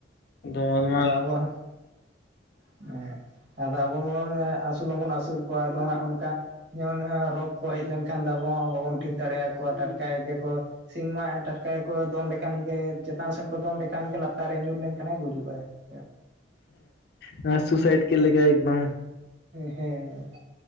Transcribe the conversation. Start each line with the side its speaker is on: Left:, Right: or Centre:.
Left: ᱫᱚᱢᱮᱞ
Right: ᱟᱫᱚ
Left: ᱢᱟᱞ
Right: ᱟᱵᱚ ᱦᱟᱸᱜ ᱮᱸ ᱟᱫᱚ ᱟᱵᱚ ᱢᱟ ᱢᱟ ᱮᱸ ᱟᱹᱥᱩᱞ ᱢᱟ ᱵᱚᱱ ᱟᱹᱥᱩᱞ ᱠᱚᱣᱟ ᱟᱫᱚ ᱦᱟᱸᱜ ᱚᱱᱠᱟ ᱡᱮᱢᱚᱱ ᱮᱸ ᱨᱳᱜᱽ ᱠᱚ ᱦᱮᱡ ᱞᱮᱱᱠᱷᱟᱱ ᱫᱚ ᱟᱵᱚ ᱦᱚᱸ ᱵᱟᱵᱚᱱ ᱴᱷᱤᱠ ᱫᱟᱲᱮᱭᱟ ᱠᱚᱣᱟ ᱴᱟᱴᱠᱟᱭ ᱜᱮᱠᱚ ᱥᱤᱢ ᱢᱟᱜ ᱴᱟᱴᱠᱟᱭ ᱠᱚ, ᱫᱚᱱ ᱞᱮᱠᱷᱟᱱ ᱜᱮ ᱪᱮᱛᱟᱱ ᱥᱮᱱ ᱠᱚ ᱫᱚᱱ ᱞᱮᱠᱷᱟᱱ ᱜᱮ ᱞᱟᱛᱟᱨ ᱨᱮ ᱧᱩᱨ ᱞᱮᱱᱠᱷᱟᱱ ᱜᱩᱡᱩᱜᱟᱭ᱾ <unintelligible>
Left: ᱦᱮᱸ ᱥᱩᱥᱟᱭᱤᱴ ᱠᱮᱫ ᱞᱮᱠᱟ ᱮᱠᱫᱚᱢ᱾
Right: ᱦᱮᱸ